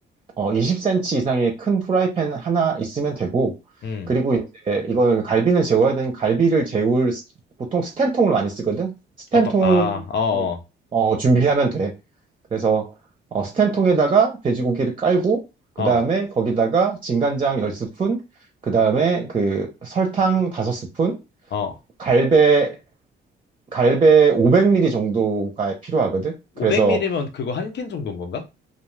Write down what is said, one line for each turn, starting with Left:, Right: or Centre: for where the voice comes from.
Right: 어, 20cm 이상의 큰 후라이팬 하나 있으면 되고,
Left: 음.
Right: 그리고 이제 이걸 갈비는 재워야 되는 갈비를 재울 스- 보통 스텐통을 많이 쓰거든. 스텐통
Left: 어떤, 아, 어,
Right: 어, 준비하면 돼. 그래서 어, 스텐통에다가 돼지고기를 깔고 그
Left: 어,
Right: 다음에 거기다가 진간장 10스푼 그 다음에 그 설탕 5스푼
Left: 어.
Right: 갈배 갈배 500ml 정도가 필요하거든.
Left: 500ml면
Right: 그래서
Left: 그거 한 캔 정도인 건가?